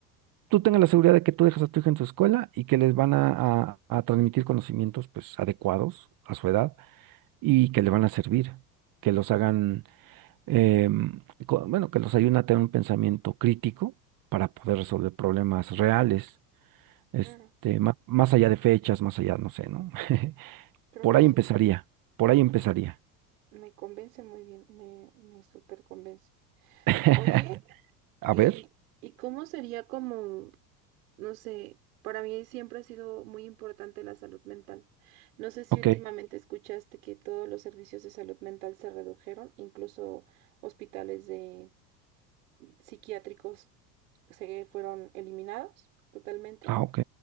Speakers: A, on the right (about 45°); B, on the right (about 65°).
A: tú tengas la seguridad de que tú dejas a tu hija en su escuela y que les van a, a- a transmitir conocimientos pues adecuados a su edad y que le van a servir, que los hagan, em, co- bueno, que los ayuden a tener un pensamiento crítico para poder resolver problemas reales Este,
B: claro,
A: ma- más allá de fechas, más allá, no sé, ¿no? <laughs>
B: creo
A: Por
B: que
A: ahí
B: sí,
A: empezaría, por ahí empezaría.
B: me convence muy bien, me, me súper convence.
A: <laughs>
B: Oye,
A: A
B: ¿y,
A: ver,
B: y cómo sería como, no sé, para mí siempre ha sido muy importante la salud mental. No sé si
A: ok.
B: últimamente escuchaste que todos los servicios de salud mental se redujeron, incluso hospitales de psiquiátricos se fueron eliminados totalmente.
A: Ah, ok.